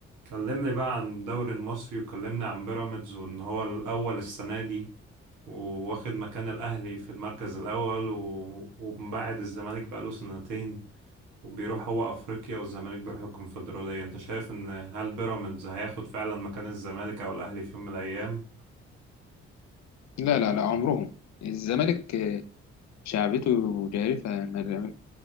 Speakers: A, on the right; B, on the left.
A: كلمني بقى عن الدوري المصري وكلمني عن بيراميدز وان هو الاول السنه دي وواخد مكان الاهلي في المركز الاول و... ومبعد الزمالك بقى له سنتين وبيروح هو افريقيا والزمالك بيروح الكونفدراليه انت شايف ان هل بيراميدز هياخد فعلا مكان الزمالك او الاهلي في يوم من الايام
B: لا لا لا عمرهم الزمالك آه، شعبيته جارفة ما-